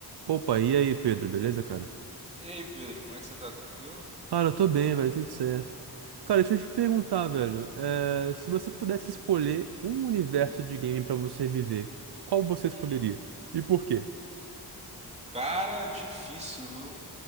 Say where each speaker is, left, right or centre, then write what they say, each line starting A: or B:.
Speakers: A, on the right; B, on the right.
A: Opa, e aí, Pedro, beleza, cara?
B: E aí, Pedro, como é que você tá? Tranquilo?
A: Cara, eu tô bem, velho, tudo certo. Cara, deixa eu te perguntar, velho, é, se você pudesse escolher um universo de game pra você viver, qual você escolheria?
B: Uhum.
A: E por quê?
B: Cara, difícil, viu?